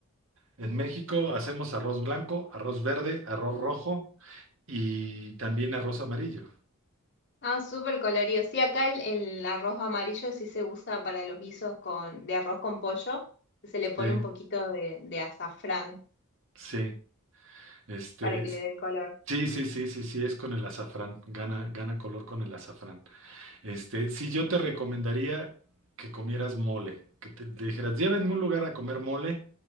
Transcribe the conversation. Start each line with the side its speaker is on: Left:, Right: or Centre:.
Right: En México hacemos arroz blanco, arroz verde, arroz rojo y también arroz amarillo.
Left: ah, súper colorido. Sí, acá el, el arroz amarillo sí se usa para los guisos con, de arroz con pollo, que se
Right: Sí,
Left: le pone un poquito de, de azafrán
Right: sí. Este,
Left: para que
Right: es-
Left: le dé el color.
Right: sí, sí, sí, sí, sí, es con el azafrán. Gana, gana color con el azafrán. Este, sí, yo te recomendaría que comieras mole, que te te dijeras, llévenme a un lugar a comer mole,